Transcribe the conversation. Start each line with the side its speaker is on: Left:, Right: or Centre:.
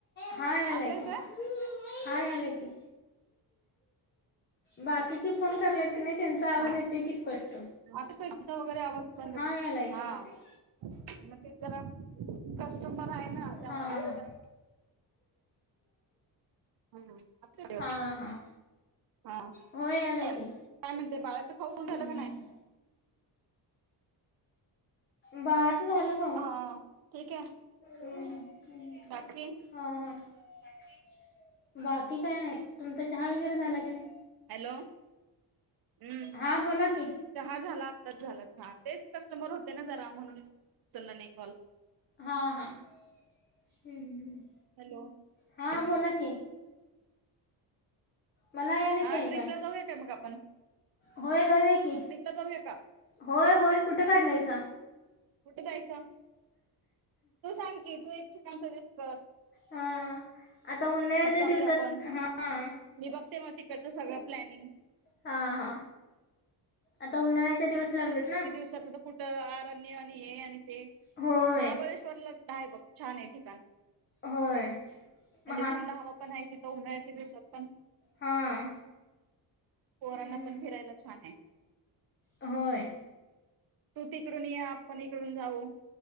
Left: हा यालाय
Right: आता येतोय
Left: की, हा यालाय की. बाकीची फोन करल्यात की नाही त्यांचा आवाज
Right: हा
Left: येतोय की स्पष्ट
Right: आता तेंचा वगैरे आवाज बंद
Left: हा
Right: कर
Left: यालाय यालाय
Right: हा मग ते जरा कस्टमर हाय ना त्यामुळ
Left: हां
Right: मग जरासं हम्म असुदे
Left: हां
Right: कि.
Left: हां
Right: हा
Left: हो यालाय
Right: काय
Left: की
Right: म्हणते बाळाचं खाऊ खाऊन झालं
Left: हम्म.
Right: का न्हाय??
Left: बाळाचं झालं खाऊन.
Right: हा ठीक आहे
Left: हम् हम् हम्...
Right: बाकी
Left: हा, हा बाकी बाकी काय नाही. तुमचा चहा वगैरे झाला की नाही??
Right: हॅलो हम्..
Left: हां बोला की
Right: चहा झाला आत्ताच झाला चहा तेच कस्टमर होते ना जरा म्हणून उचलला नाही कॉल.
Left: हां हा हम्म..
Right: हॅलो
Left: हां
Right: हम्
Left: बोला की मला यालय
Right: हा
Left: की ऐकाय.
Right: ट्रिपला जाऊया काय मग आपण
Left: होय जाऊया की,
Right: ट्रिपला जाऊया का
Left: होय होय कुठं काढलायसा??
Right: कुठं जायचं?? तू सांग की तू एक ठिकाण सजेस्ट कर.
Left: हा आता उन्हाळ्याच्या
Right: मग जाऊया
Left: दिवसात.
Right: आपण
Left: हां....
Right: मी बघते मग तिकडचं सगळं प्लॅनिंग.
Left: हा हा आता उन्हाळ्याचे दिवस लागलेत ना.
Right: शक्यतो पुढ आरण्य आणि हे आणि ते
Left: होय
Right: महाबळेश्वरला हाय बघ छान आहे ठिकाण.
Left: होय
Right: म्हणजे
Left: महा
Right: थंड हवा पण हाय तिथं उन्हाळ्याच्या दिवसात पण.
Left: हां.
Right: पोरांना
Left: हम्म,
Right: पण फिरायला छान ये.
Left: होय....
Right: तु तिकडून ये आपण इकडून जाऊ.